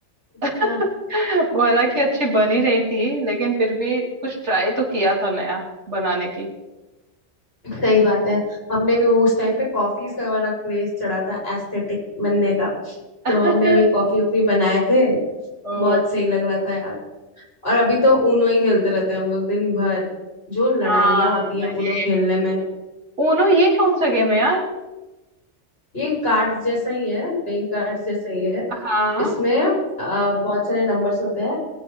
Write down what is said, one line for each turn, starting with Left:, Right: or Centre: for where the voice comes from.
Left: अच्छा
Right: <laughs> वो हालांकि अच्छी बन ही रही थी लेकिन फिर भी कुछ ट्राई तो किया था नया बनाने की
Left: सही बात है हमने भी वो उस टाइम पे कॉफीज का वाला क्रेज चढ़ा था एस्थेटिक बनने का
Right: <laughs>
Left: तो हमने भी कॉफी वॉफी बनाए थे
Right: ओ
Left: बहुत सही लग रहा था यार और अभी तो ऊनो ही खेलते रहते हैं हम लोग दिन भर जो लड़ाइयाँ
Right: हाँ
Left: होती हैं ऊनो
Right: ये
Left: खेलने में
Right: ऊनो ये कौन सा गेम है यार
Left: ये कार्ड्स जैसा ही है प्लेइंग कार्ड्स जैसा ही है
Right: हाँ
Left: इसमें अ, बहुत सारे नंबर्स होते हैं